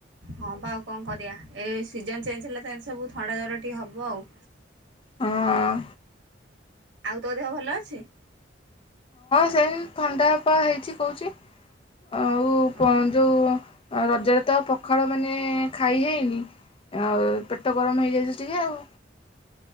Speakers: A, on the right (about 90°); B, on the left (about 30°).
A: ହଁ ବା ଆଉ କଣ କରିବା ଏଇ ସିଜନ ଚେଞ୍ଜ ହେଲେ ତ ସବୁ ଥଣ୍ଡା ଜ୍ଵର ଟିକେ ହବ ଆଉ
B: ହଁ
A: ଆଉ ତୋ ଦେହ ଭଲ ଅଛି,
B: ହୁଁ ଥଣ୍ଡା ହେ ପା ହେଇଛି କହୁଛି। ଆଉ ପ
A: ହଁ
B: ଯଉଁ ଆ ରଜରେ ତ ପଖାଳ ମାନେ ଖାଇ ହେଇନି ଆଉ ପେଟ ଗରମ ହେଇଯାଇଛି ଟିକେ ଆଉ,